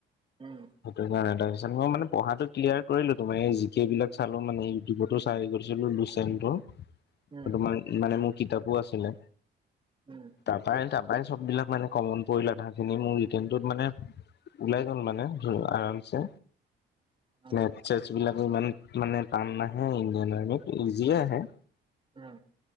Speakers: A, on the right; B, on the left.
A: উম
B: সেইটো কাৰণে, তাৰ পিছত মই মান পঢ়াটো ক্লিয়াৰ কৰিলোঁ', তোমাৰ এই জিকেই বিলাক চালোঁ মানে ইউটিউবতো চাই কৰিছিলোঁ চলিউচনটো হেতু
A: উম
B: মাৰি', মানে মোৰ কিতাপো আছিলে',
A: উম
B: তাপাই- তাপাই চব বিলাক মানে কমন পৰিলে আধা আধি মোৰ', মোৰ ৰিটেনতোত মানে', ওলাই গ'ল মানে ধৰা আৰামছে
A: অ
B: নে', যি বিলাকবোৰ ইমান মানে টান নাহে ইণ্ডিয়ান আৰ্মিত, ইজিয়ে আহে',
A: উম